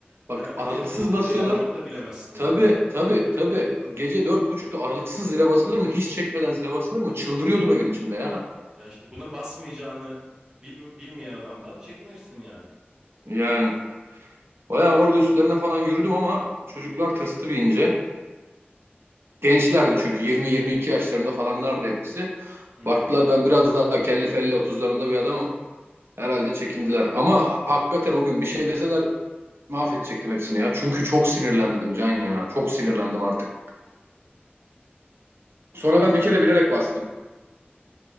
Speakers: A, on the right (about 80°); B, on the right (about 15°).
A: bak
B: Yani iti
A: aralıksız
B: kopuğu
A: basıyorlar.
B: bir de yani onu da bilemezsin
A: Tabii
B: yani.
A: tabii tabii. Gece dört buçukta aralıksız zile basılır mı? Hiç çekmeden zile basılır mı? Çıldırıyordum evin içinde ya.
B: Yani işte buna basmayacağını bil- bilmeyen adamdan çekinirsin yani.
A: Yani bayağı orada üstlerine falan yürüdüm ama çocuklar tırstı bir ince. Gençlerdi çünkü yirmi yirmi iki yaşlarında falanlardı hepsi.
B: Hmm.
A: Baktılar ben biraz daha kelli felli otuzlarında bir adamım. Herhalde çekindiler. Ama hakikaten o gün bir şey deseler mahvedecektim hepsini ya. Çünkü çok sinirlendim Can ya. Çok sinirlendim artık. Sonra ben bir kere bilerek bastım.